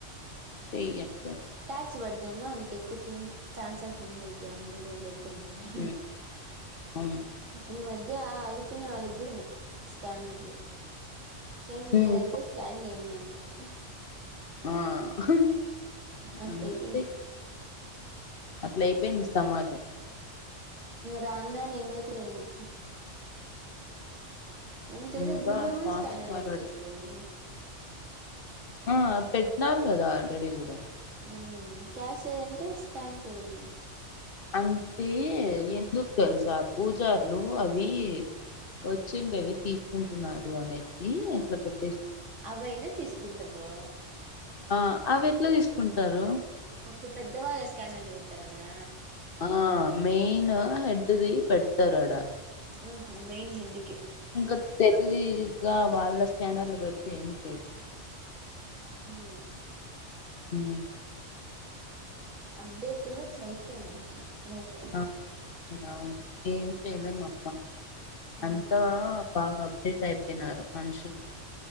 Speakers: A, on the left (about 50°); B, on the right (about 85°).
A: <unintelligible>
B: ట్యాక్స్ పడతనా అలా కేక్కు ట్రాన్సాక్షన్స్ ఐతాన్ పోలోద్దంటారు
A: హ్మ్ అవును
B: ఈ మధ్ ఆ అడుకునే అడుగుడున్నయ్ స్కానర్తో చేంజ్
A: హ్మ్
B: లేదంటే స్కాన్ చేయండి అంట్రు ఉఫ్
A: ఉమ్ ఉహు
B: అట్ట
A: ఉమ్
B: అయిపోయింది
A: టే అట్ల అయిపోయింది సమాజం
B: దాని దానే ఏమై చేయము ఎంతైతే
A: ఇంకా
B: గుల్లో కూడా
A: ఫాస్ట్
B: స్కానర్
A: ఫార్వర్డ్
B: లో పెట్టేస్తారు
A: ఆ పెట్టినారు కదా ఆల్రెడీ కూడా
B: ఉమ్ క్యాష్ లేదంటే స్కాన్ చేయండి
A: అంటే ఎందుకు తెలుసా పూజార్లు అవి వచ్చిండవి తీసుకుంటున్నారు అనేసి ఇట్లా పె
B: అవయినా తీసుకుంటరు
A: ఆ అవి ఎట్లా తీసుకుంటరు
B: ఓకే పెద్దవాళ్ళ స్క్యానర్లు పెడతారానా
A: ఆ మెయిన్ హెడ్డ్ ది పెడతారాడా
B: ఆ మెయిన్ హెడ్ కే
A: ఇంకా తెలివి ఇకా వాళ్ళ స్కానర్లు పెడితే ఏమి లేదు
B: మ్మ్
A: మ్మ్ <inaudible>
B: అప్డేటు అట్లై పోయింది నోకు
A: ఆ! అవును ఏం చెయ్యలేం అప్ప అంతా
B: మ్మ్.
A: బాగ అప్డేట్ అయిపొయ్నారు మనుషులు